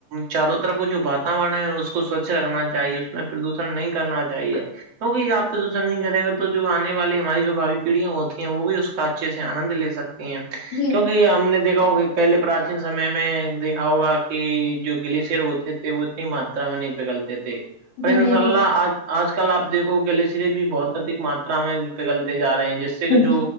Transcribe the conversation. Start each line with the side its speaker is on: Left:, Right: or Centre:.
Right: چاروں طرف جو واتاورن ہے اس کو سوچھ رکھنا چاہیے اس میں پردوشن نہیں کرنا چاہیے کیکہ آپ پردوشن نہیں کرے گا تو جو آنے والی ہماری جو بھوی پیڑیا ہوتی ہیں وہ بھی اس کا اچھا اچھے سے آنند لے سکتے ہیں
Left: جی
Right: کیونکہ ہم نے دیکھا ہوگ کہ پہلے پراچین سمے میں دیکھا ہوگا کہ جو گلیشئر ہوتے تھے وہ اتنی ماترا میں نہیں پگلتے تھے پر
Left: جی
Right: ان
Left: جی
Right: شاء اللہ
Left: جی
Right: آج آج کل آپ دیکھو گل سرے بھی بہت ادک ماتا میں پگلتے جا رہے ہیں جیس سے کہ
Left: جی
Right: جو